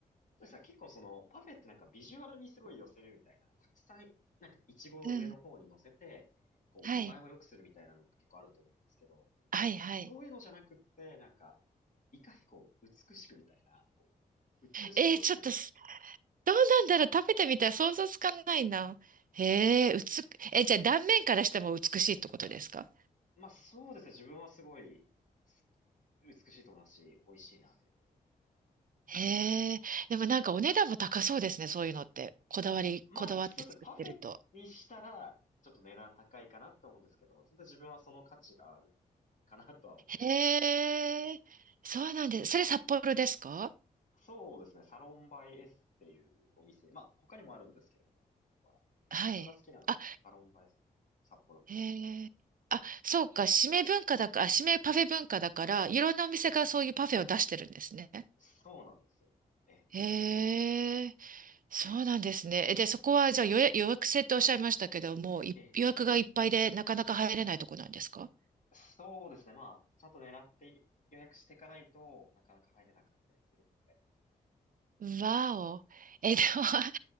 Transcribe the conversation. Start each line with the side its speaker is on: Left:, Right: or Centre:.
Left: そうですね。結構その、パフェってなんかビジュアルにすごい寄せるみたいな、たくさん、なんかイチゴを上の方に乗せて、
Right: うん、
Left: こう見栄えを良くするみたいなのって結構あると思うんですけど、
Right: はい、はい、はい。
Left: そういうのじゃなくって、なんか、いかにこう、美しくみたいな、美しく美味しくみたい
Right: えー、ちょっとす、どうなんだろう、食べてみたら想像つかないな。へえ、うつ、え、じゃあ断面からしても美しいってことですか
Left: な。まあそうですね。自分はすごい、す美しいと思いますし、美味しいなというふうに思いますね。
Right: へえ。でもなんかお値段も高そうですね、そういうのって。こだわり、
Left: まあそうですね。
Right: こだわって作ってると。
Left: パフェにしたら、ちょっと値段高いかなと思うんですけど、全然自分はその価値があるかなとは思い
Right: へえ。そうなんです。それ札幌ですか
Left: そうですね。サロンバイ S っていうお店。まあ、他にもあるんですけど、いろんなとこは。
Right: はい。
Left: 自分が好きなのは、
Right: あ、
Left: サロンバイ S っていう札幌の。
Right: へえ。あ、そうか。締め文化だから、あ締めパフェ文化だから、いろんなお店がそういうパフェを出してるんですね。
Left: え、そうなんですよね。
Right: へえ。そうなんですね。えで、そこはじゃあ予約、予約制っておっしゃいましたけども、い予約がいっぱいでなかなか入れないとこなんですか
Left: え、え、そうですね。まあ、ちゃんと狙って予約していかないとなかなか入れなかったりする
Right: わお。え、でも <laughs>